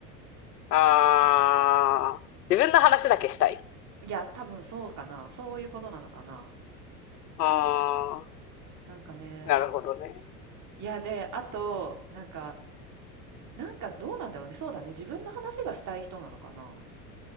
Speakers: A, on the left (about 80°); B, on the right (about 40°).
A: ああ、自分の話だけしたい。
B: いや、多分そうかな、そういうことなのかな。
A: ああ、
B: なんかね、
A: なるほどね。
B: いや、で、あと、なんか、なんかどうなんだろうね。そうだね。自分の話がしたい人なのかな。